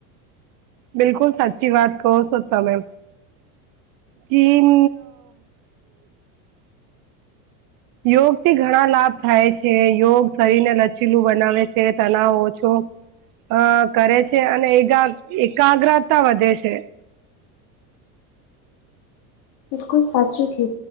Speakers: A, on the right; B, on the left.
A: બિલકુલ સાચી વાત કહો તમે ચીન યોગ થી ઘણા લાભ થાય છે યોગ શરીરને લચીલું બનાવે છે તણાવ ઓછો અ કરે છે અને એક આમ એકાગ્રતા વધે છે
B: બિલકુલ સાચું કે